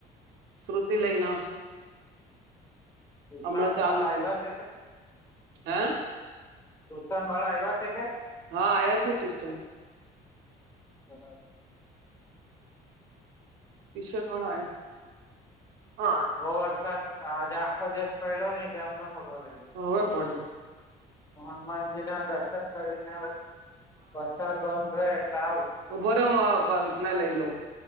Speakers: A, on the right; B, on the left.
A: શ્રુતિ લઈને આવશે
B: તુસાન
A: હમણાં ચાલુ
B: વાળા
A: થયું
B: એવા છે કે
A: હે
B: તુશાન વાળા એવા છે કે
A: હા આવ્યા છે ટ્યુશન
B: <unintelligible>
A: તીશનોળયા હા
B: બ વરસાદ આજે આખો દિવસ પડ્યો નહી તો હમણાં પડવા લાગ
A: હવે પડે
B: હનુમાનજી ના દર્શન કરીને વરસાદ બંધ થ એટલે આવું
A: ઉભોરે હું આ કલ્પના લઈ લઉ